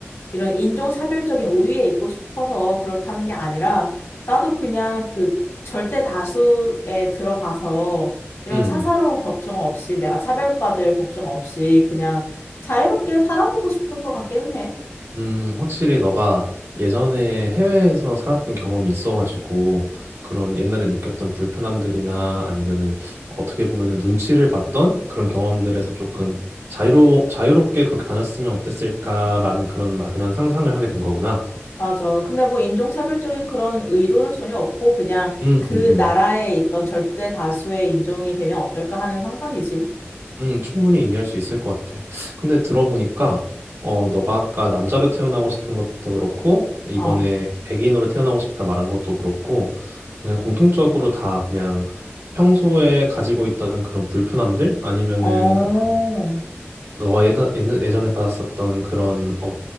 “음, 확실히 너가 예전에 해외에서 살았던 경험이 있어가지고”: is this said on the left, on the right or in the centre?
Right